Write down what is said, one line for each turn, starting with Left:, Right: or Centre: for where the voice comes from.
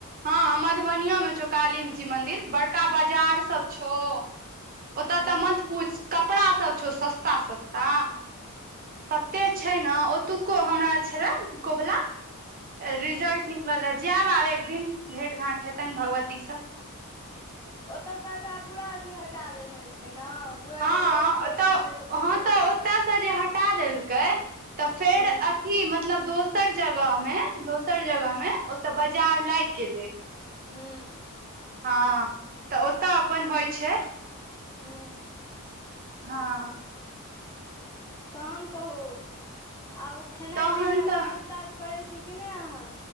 Right: हँ मधुबनियों मे छौ काली जी मंदिर बड़का बाजार सब छौ ओतऽ
Left: हूँ
Right: तऽ मत पूछ कपड़ा सब छौ सस्ता सस्ता तते छै ने ओतुक्को हमरा छलए कबुला
Left: हूँ
Right: रिजल्ट निकलल ह जायब आब एक दिन भेट घाँट हेतनि भगवतीसँ
Left: ओतौका तऽ पूरा अथी हटा देने छै ने पूरा
Right: हँ
Left: जे रोड तोड
Right: तऽ
Left: बनलै पूरा
Right: हँ
Left: हटा
Right: तऽ
Left: देने
Right: ओतय
Left: छै
Right: से जे हटा हटा देलकै तऽ फेर
Left: हूँ
Right: अथी मतलब दोस दोसर जगह मे दोसर जगह मे ओत बजार लागि गेलै
Left: हूंम्म
Right: हँ तऽ ओतऽ अपन होइ छै
Left: हूंम्म
Right: हँ
Left: तहन कहू आब खेनाइ
Right: तहन
Left: पिनाइ
Right: तऽ
Left: काज ताज करै छी कि नहि अहाँ